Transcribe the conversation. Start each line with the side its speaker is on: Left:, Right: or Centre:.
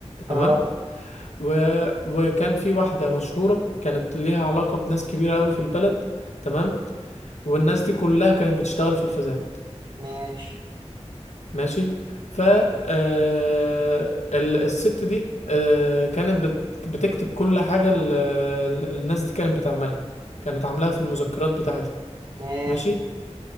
Right: اه
Left: تمام و... وكان في واحدة مشهورة كانت ليها علاقة بناس كبيرة قوي في البلد تمام والناس دي كلها كانت بتشتغل في الفساد
Right: ماشي
Left: ماشي ف آه، ال- الست دي آه، كانت بت... بتكتب كل حاجة ال... ال- الناس دي كانت بتعملها كانت عاملاها في المذكرات بتاعتها
Right: ماشي
Left: ماشي